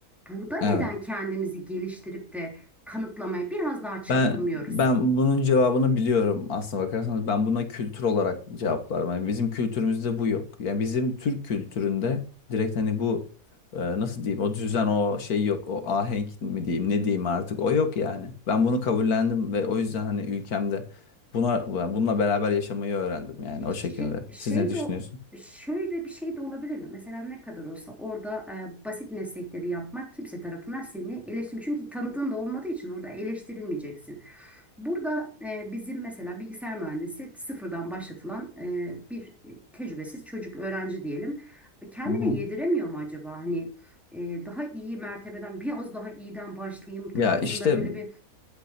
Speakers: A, in the centre; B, on the left (about 85°).
A: Burada neden
B: Evet.
A: kendimizi geliştirip de kanıtlamaya biraz daha çırpınmıyoruz?
B: Ben ben bunun cevabını biliyorum aslına bakarsanız ben buna kültür olarak cevaplarım. Yani bizim kültürümüzde bu yok. Yani bizim Türk kültüründe direkt hani bu e, nasıl diyeyim o düzen o şey yok. O ahenk mi diyeyim ne diyeyim artık o yok yani. Ben bunu kabullendim ve o yüzden hani ülkemde buna yani bununla beraber yaşamayı öğrendim yani o
A: Şey,
B: şekilde.
A: şey
B: Siz ne düşünüyorsunuz?
A: de o- şöyle bir şey de olabilir mi? Mesela ne kadar olsa orada e, basit meslekleri yapmak kimse tarafından seni eleştirmiyor. Çünkü tanıdığın da olmadığı için orada eleştirilmeyeceksin. Burada e, bizim mesela bilgisayar mühendisi sıfırdan başlatılan e, bir tecrübesiz çocuk öğrenci diyelim. Kendine
B: Hı hı.
A: yediremiyor mu acaba? Hani e, daha iyi mertebeden biraz daha iyiden başlayayım tarzında
B: Ya işte
A: böyle bir